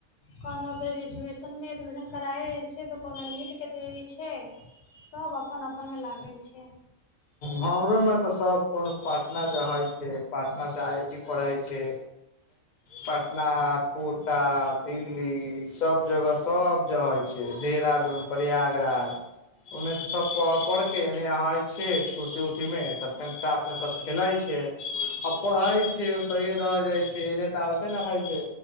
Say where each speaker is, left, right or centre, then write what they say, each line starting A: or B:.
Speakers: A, on the left; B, on the left.
A: कोनो ग्रेजुएशन मे एडमिशन कराए छै तऽ कोनो नीट के दैय छै। सब अपन अपनमे लागैल छै।
B: हमरोमे तऽ सभ कोनो पटना जहाय छै पटनासँ आई आइ टी पढ़ैय छै। पटना, कोटा, दिल्ली सब जगह सब जाहैय छै देहरादून, प्रयागराज ओन्ने से सब पढ़केने <unintelligible> छै छुटी उटी मे तऽ फेन साथ मे सब खेलाइ छै। आ पड़हइ छिये ओ तैय रह जाइ छियै एने तऽ आबते ने होइ छै।